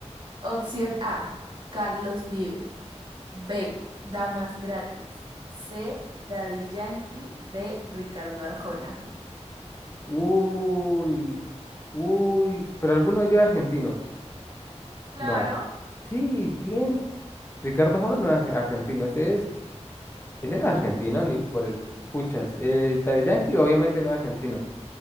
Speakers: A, on the right; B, on the left.
A: opción A, Carlos Vives. B, Damas Gratis. C, Daddy Yankee. D, Ricardo Arjona.
B: Uy, uy, pero alguno de ellos es argentino.
A: Claro,
B: No. Sí, ¿quién? Ricardo Jona no es ar- argentino. Ese es, ese no es argentino, ni por el puchas. Eh, Daddy Yankee, obviamente no es argentino.